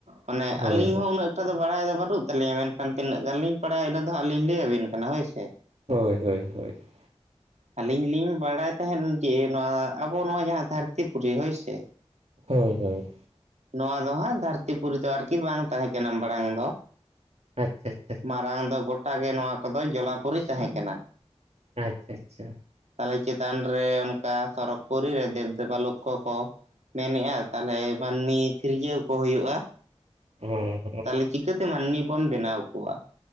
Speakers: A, on the right (about 85°); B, on the right (about 65°).
A: ᱢᱟᱱᱮ
B: ᱦᱳᱭ
A: ᱟᱹᱞᱤᱧ ᱦᱚᱸ ᱩᱱᱟᱹᱜ ᱴᱟᱜ ᱫᱚ ᱵᱟᱲᱟᱭ ᱫᱚ ᱵᱟᱹᱱᱩᱜ ᱛᱟᱞᱤᱧᱟ ᱢᱮᱱᱠᱷᱟᱱ ᱛᱤᱱᱟᱹᱜ ᱜᱟᱱ ᱞᱤᱧ ᱵᱟᱲᱟᱭᱟ ᱤᱱᱟᱹ ᱫᱚ ᱦᱟᱜ ᱟᱞᱤᱧ ᱞᱟᱹᱭᱟᱵᱤᱱ ᱠᱟᱱᱟ ᱦᱳᱭ ᱥᱮ ᱾
B: ᱦᱳᱭ ᱦᱳᱭ ᱦᱳᱭ ᱾
A: ᱟᱹᱞᱤᱧ ᱞᱤᱧ ᱵᱟᱲᱟᱭ ᱛᱟᱦᱮᱸᱫ ᱡᱮ ᱱᱚᱣᱟ ᱟᱵᱚ ᱱᱚᱣᱟ ᱡᱟᱦᱟᱸ ᱫᱷᱟᱹᱨᱛᱤ ᱯᱩᱨᱤ ᱦᱳᱭ ᱥᱮ
B: ᱦᱳᱭ ᱦᱳᱭ
A: ᱱᱚᱣᱟ ᱫᱚ ᱦᱟᱸᱜ ᱫᱷᱟᱹᱨᱛᱤ ᱯᱩᱨᱤ ᱫᱚ ᱟᱨᱠᱤ ᱵᱟᱝ ᱛᱟᱦᱮᱸ ᱠᱟᱱᱟ ᱢᱟᱲᱟᱝ ᱫᱚ
B: ᱟᱪᱪᱷᱟ ᱟᱪᱪᱷᱟ
A: ᱢᱟᱨᱟᱝ ᱫᱚ ᱜᱚᱴᱟ ᱜᱮ ᱱᱚᱣᱟ ᱠᱚᱫᱚ ᱡᱚᱞᱟᱯᱩᱨᱤ ᱛᱟᱦᱮᱸᱠᱟᱱᱟ᱾
B: ᱦᱩᱸ ᱟᱪᱪᱷᱟ
A: ᱛᱟᱦᱚᱞᱮ ᱪᱮᱛᱟᱱ ᱨᱮ ᱚᱱᱠᱟ ᱥᱚᱨᱚᱜᱽ ᱯᱩᱨᱤ ᱨᱮ ᱫᱮᱵᱽᱼ ᱫᱮᱵᱟ ᱞᱚᱠᱷᱚ ᱠᱚ ᱠᱚ ᱢᱮᱱᱮᱜᱼᱟ ᱛᱟᱦᱚᱞᱮ ᱢᱟᱹᱱᱢᱤ ᱥᱤᱨᱡᱟᱹᱣ ᱠᱚ ᱦᱩᱭᱩᱜᱼᱟ᱾
B: ᱦᱮᱸ
A: ᱛᱟᱦᱚᱞᱮ ᱪᱤᱠᱟᱹᱛᱮ ᱢᱟᱹᱱᱢᱤ ᱵᱚᱱ ᱵᱮᱱᱟᱣ ᱠᱚᱣᱟᱺ